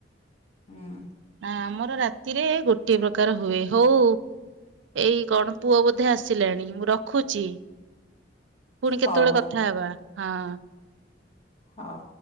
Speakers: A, on the left (about 35°); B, on the right (about 80°).
A: ହୁଁ
B: ନା ଆମର ରାତ ରାତିରେ ଗୋଟିଏ ପ୍ରକାର ହୁଏ ହଉ ଏଇ କଣ ପୁଅ ବୋଧେ ଆସିଲାଣି ମୁଁ ରଖୁଛି। ପୁଣି
A: ହଉ
B: କେତେବେଳେ କଥା ହବା। ହଁ
A: ହଉ।